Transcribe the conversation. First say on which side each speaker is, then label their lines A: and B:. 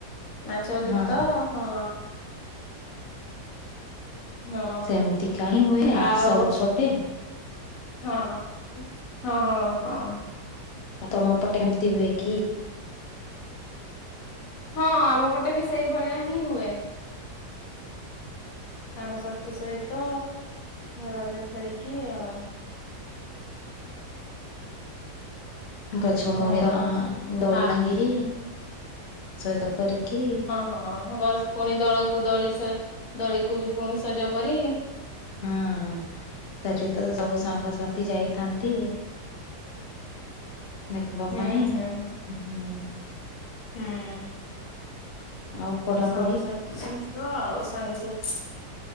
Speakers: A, on the left; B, on the left.
A: ନାଚ ଗୀତ
B: ହଁ
A: ହଁ। ହଁ
B: ସେମିତି କାହିଁ ହୁଏ
A: ଆଉ
B: ସବୁ ପଟେ
A: ହଁ- ହଁ- ହଁ- ହଁ।
B: ଆଉ ତମ ପଟେ ଏମିତି ହୁଏ କି?
A: ହଁ ଆମ ପଟେ ବି ସେଇଭଳିଆ ହିଁ ହୁଏ। ସାଙ୍ଗସାଥି ସହିତ ରଜ ଖେଳିକି ଆଉ।
B: ଗଛ ମୂଳେ
A: ହଁ।
B: ଦୋଳି
A: ଆ
B: ଟାଙ୍ଗି, ସହିତ କରିକି
A: ହଁ-ହ ବସ ପୁଣି ଦୋଳକୁ ଦଳି ସେ ଦୋଳିକୁ ବି ପୁଣି ସଜ କରି
B: ହଁ- ହଁ ସେଠି ତ ସବୁ ସାଙ୍ଗସାଥି ଯାଇଥାନ୍ତି।
A: ହୁଁ
B: ଦେଖିବା
A: ହୁଁ
B: ପାଇଁ
A: ହୁଁ
B: ହୁଁ।
A: ହୁଁ।
B: ଆଉ ପଢାପଢି
A: ସାଙ୍ଗ ସହିତ ଶ ଆଉ ସାଙ୍ଗସାଥୀ,